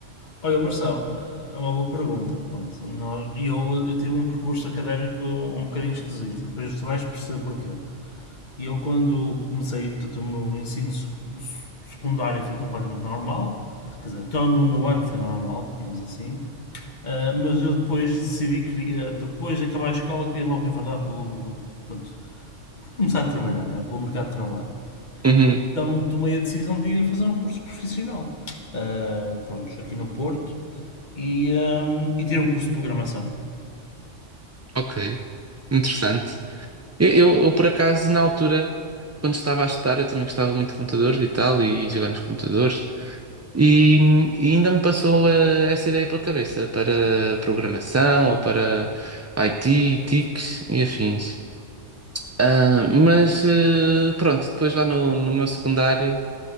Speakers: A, on the left; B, on the right.
A: Olha, Marcelo, eh, é uma boa pergunta. Pronto, Nó- e eu, eu tive um percurso académico um bocadinho esquisito, depois tu vais perceber porquê. E eu, quando comecei, portanto, o meu ensino sec- secundário foi completamente normal, quer dizer, até o nono ano foi normal, digamos assim, eh, mas eu depois decidi que queria, depois de acabar a escola, queria logo enverdar pelo. Pronto, começar a trabalhar, não é? Pelo mercado de trabalho.
B: Uhum.
A: então tomei a decisão de ir fazer um curso profissional. Ah, pronto, aqui no Porto. E, ah, e tirei um curso de programação.
B: Ok, interessante. Eu, eu, eu, por acaso, na altura, quando estava a estudar, eu também gostava muito de computadores e tal, e, de jogar nos computadores, e, e ainda me passou eh, essa ideia pela cabeça para programação ou para IT, TICs e afins. Ah, mas eh, pronto, depois lá no, no meu secundário